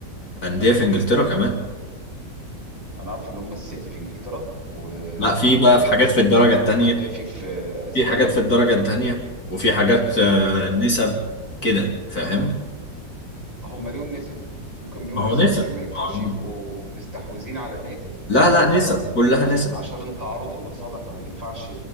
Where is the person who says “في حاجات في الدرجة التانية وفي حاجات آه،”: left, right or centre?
Left